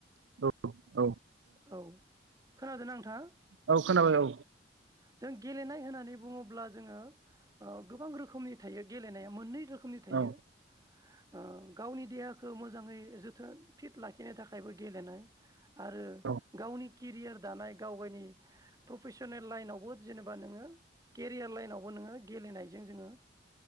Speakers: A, on the right; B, on the right.
A: औ औ
B: औ खोनादों नोंथाङा
A: औ खोनाबाय औ
B: जों गेलेनाय होननानै बुङोब्ला जोङो ओ गोबां रोखोमनि थायो गेलेनाया मोननै रोख खोमनि थायो
A: औ
B: ओ गावनि देहाखौ मोजाङै जोथोन फिट लाखिनो थाखायबो गेलेनाय आरो
A: औ
B: गावनि केरियार दानाय गावनि प्रफेसनेल लाइनावबो जेनेबा नोङो केरियार लाइनाव बो नोङो गेलेनायजों जोङो